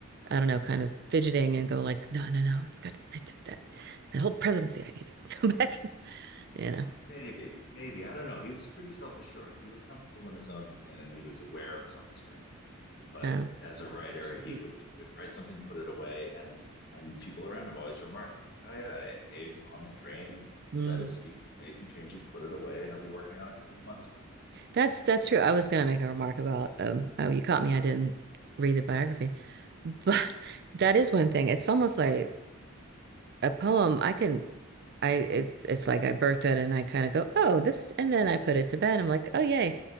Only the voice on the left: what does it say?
Maybe, maybe I don't know. He was pretty self assured. He was comfortable in his own skin, and he was aware of his own strengths. But
as a writer, he
would he would write something, put it away, and and people around him always remarked, "He's like, oh yeah, Abe on the train pulled
out his speech, made some changes, put it away, and he'll be working on it for months."